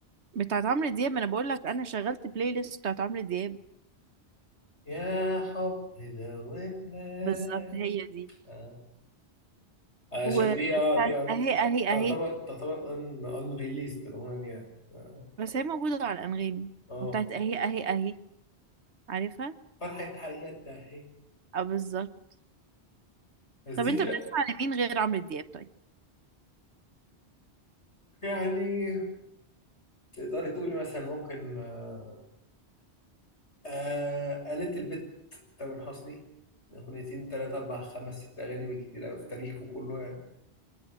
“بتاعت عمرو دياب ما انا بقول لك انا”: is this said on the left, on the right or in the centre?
Right